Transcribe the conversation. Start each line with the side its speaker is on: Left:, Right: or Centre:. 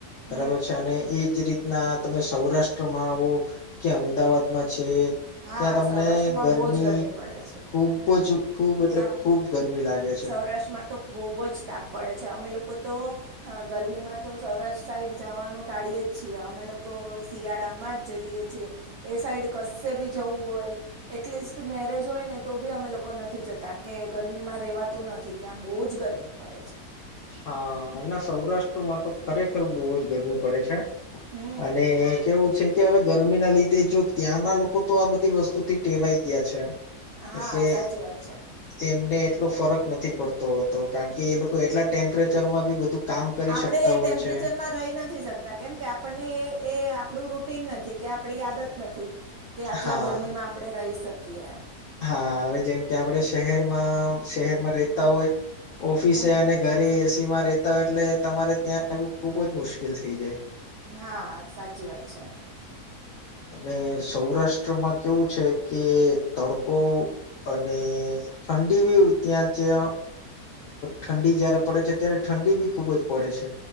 Right: હમ
Left: બરાબર. એજરીતના તમે સૌરાષ્ટ્રમાં આવો કે અમદાવાદમાં છે.
Right: હા
Left: ત્યાં તમને
Right: સૌરાષ્ટ્રમાં
Left: ગરમી
Right: બહુ જ પડે છે
Left: ખુબ જ ખૂબ એટલે
Right: ત્યાં
Left: ખૂબ ગરમી લાગે છે.
Right: સૌરાષ્ટ્રમાં તો બો જ તાપ પડે છે અમે લોકો તો હ ગરમીમાં તો સૌરાષ્ટ્ર સાઈડ જવાનું ટાળીએ જ છીએ. અમે લોકો શિયાળામાં જ જઈએ. એ સાઈડ કશે બી જવું હોય એટલીસ્ટ મેરેજ હોય ને તો બી અમે લોકો નથી જતા. કાર કે ગરમીમાં રેવાતું નથી ત્યાં બહુ જ ગરમી પડે છે.
Left: હા ના સૌરાષ્ટ્રમાં તો ખરેખર બહુ જ ગરમી પડે છે,
Right: હમ
Left: અને કેવું છે. કે હવે ગરમી ના લીધે જો ત્યાંના લોકો તો આ બધી વસ્તુ થી ટેવાઈ ગયા છે.
Right: હા
Left: એટલે
Right: સાચી વાત છે
Left: એમને એટલો ફરક નથી પડતો તો. તો કારણ કે એ લોકો એટલા ટેમ્પરેચર માં બી બધું કામ કરી
Right: આપડે
Left: શકતા
Right: એ
Left: હોય
Right: ટેમ્પરેચરમાં
Left: છે
Right: રહી નથી શકતા કેમ કે, આપણને એ આપડું રૂ નથી કે આપડી યાદત નથી કે આટલા
Left: હા
Right: ગરમીમાં આપણે રહી શકીએ એમ
Left: હા હવે જેમ કે આપણે શહેરમાં, શહેરમાં રતા હોય ઓફિસે
Right: હમ
Left: અને ઘરે એસી માં રેતા હોય એટલે તમારે ત્યાં આવ ખુબ જ મુશ્કેલ થઇ જાય.
Right: હા સાચી વાત છે.
Left: અને સૌરાષ્ટ્રમાં કેવું છે કે તડકો અને ઠંડી બી ત્યાં જ અ ઠંડી જયારે પડે છે ત્યારે ઠંડી બી ખુબ જ પડે છે.